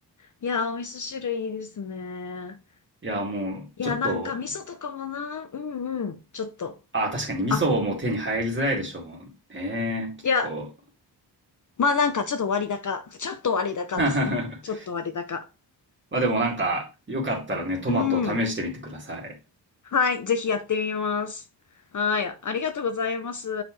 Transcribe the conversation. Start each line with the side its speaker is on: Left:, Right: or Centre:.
Left: いや、お味噌汁いいですね。
Right: いや、もう、
Left: いや、
Right: ちょっと、
Left: なんか味噌とかもな、うんうん、ちょっと。
Right: あー、確かに味噌も手に入りづらいでしょうね、
Left: あ、
Right: きっと。
Left: いや、まあなんかちょっと割高。ちょっと割高ですね。
Right: <laughs>
Left: ちょっと割高。
Right: まあでもなんか、よかったらね、トマトを試してみてください。
Left: うん。はい、ぜひやってみます。はい、ありがとうございます。